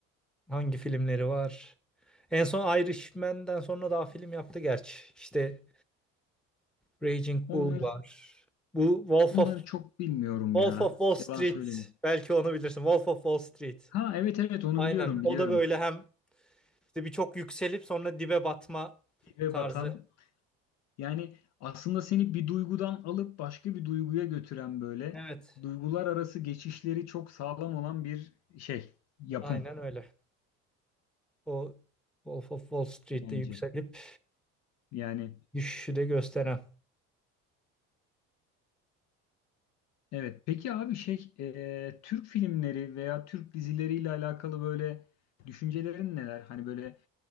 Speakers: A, in the centre; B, on the left.
A: Hangi filmleri var? En son Irishman'den sonra daha film yaptı gerçi. İşte Raging Bull
B: Onları
A: var. Bu Wolf
B: onları
A: of
B: çok bilmiyorum
A: Wolf
B: ya.
A: of Wall Street.
B: Yalan söyleyeyim.
A: Belki onu bilirsin. Wolf of Wall Street.
B: Ha evet evet onu
A: Aynen.
B: biliyorum biliyorum.
A: O da böyle hem işte birçok yükselip sonra dibe batma
B: Dibe
A: tarzı.
B: batan yani aslında seni bir duygudan alıp başka bir duyguya götüren böyle
A: Evet.
B: duygular arası geçişleri çok sağlam olan bir şey yapım
A: Aynen öyle. O Wolf of Wall Street'te
B: bence.
A: yükselip
B: Yani
A: düşüşü de gösteren.
B: Evet. Peki abi şey e, Türk filmleri veya Türk dizileriyle alakalı böyle düşüncelerin neler? Hani böyle